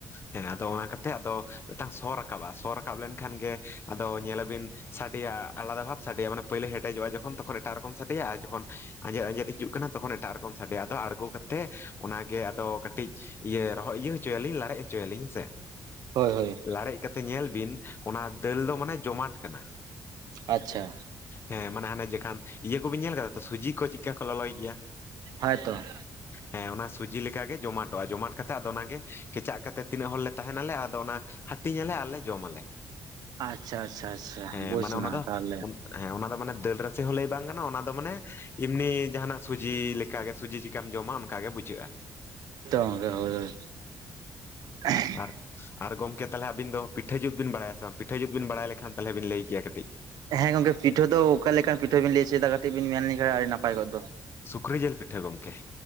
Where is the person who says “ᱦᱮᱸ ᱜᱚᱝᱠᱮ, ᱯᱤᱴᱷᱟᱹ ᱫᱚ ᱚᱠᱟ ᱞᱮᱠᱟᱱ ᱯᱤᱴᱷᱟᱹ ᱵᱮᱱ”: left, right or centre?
Right